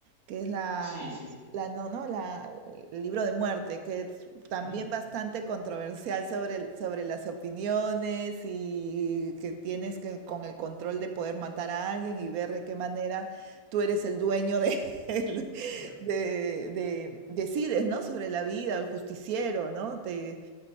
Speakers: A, on the right; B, on the left.
A: que es la,
B: sí, sí.
A: la no, no, la el libro de muerte, que es también
B: Ujú.
A: bastante controversial sobre, el- sobre las opiniones y que tienes que con el control de poder matar a alguien y ver de qué manera tú eres el dueño de, <laughs>
B: Bu-
A: de, de- decides, ¿no? Sobre la vida, el justiciero, ¿no? Te,